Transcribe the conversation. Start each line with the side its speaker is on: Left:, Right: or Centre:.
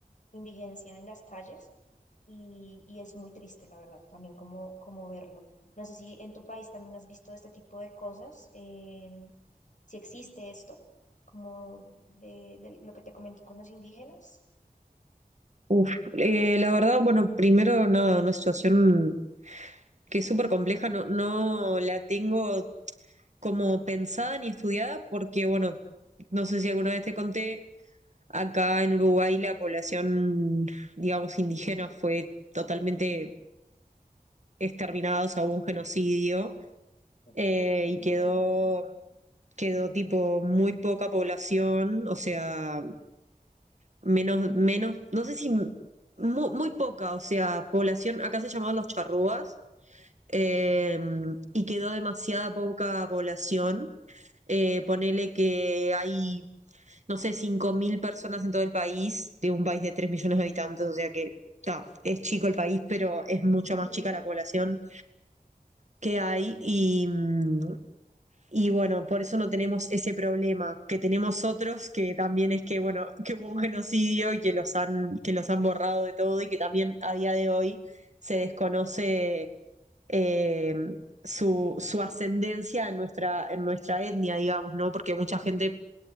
Left: indigencia en las calles y, y es muy triste, la verdad, también como, como verlo. No sé si en tu país también has visto este tipo de cosas. eh, si existe esto, como de, de lo que te comenté con los indígenas.
Right: Uf, eh, la verdad, bueno, primero nada, una situación que es súper compleja, no, no la tengo como pensada ni estudiada porque, bueno, no sé si alguna vez te conté, acá en Uruguay la población, digamos, indígena fue totalmente exterminada, o sea, hubo un genocidio
Left: Ok,
Right: eh,
Left: no
Right: y quedó,
Left: sabía.
Right: quedó tipo muy poca población, o sea, menos, menos, no sé si mu- muy, poca, o sea, población, acá se llamaban los charrúas. eh, y quedó demasiada poca población eh, ponele que hay no sé, 5.000 personas en todo el país, de un país de tres millones de habitantes, o sea que ta, es chico el país, pero es mucho
Left: Ujú,
Right: más chica la población que hay y, mm, y bueno, por eso no tenemos ese problema que tenemos otros, que también es que, bueno, <laughs> que hubo un genocidio y que los han, que los han borrado de todo y que también a día de hoy se desconoce. eh, su, su ascendencia en nuestra, en nuestra etnia, digamos, ¿no? Porque mucha gente